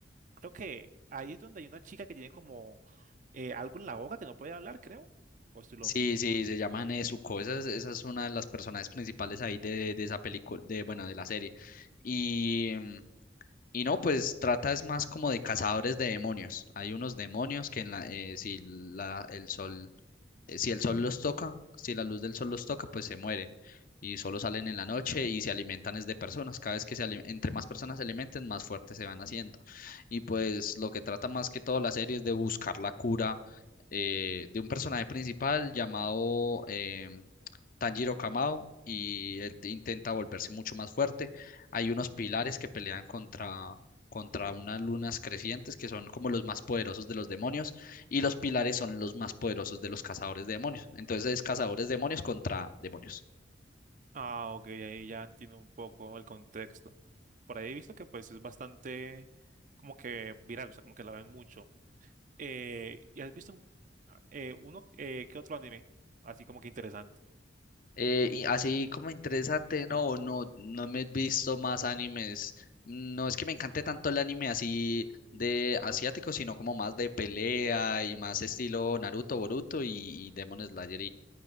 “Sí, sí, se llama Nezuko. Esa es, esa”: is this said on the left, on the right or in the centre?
Left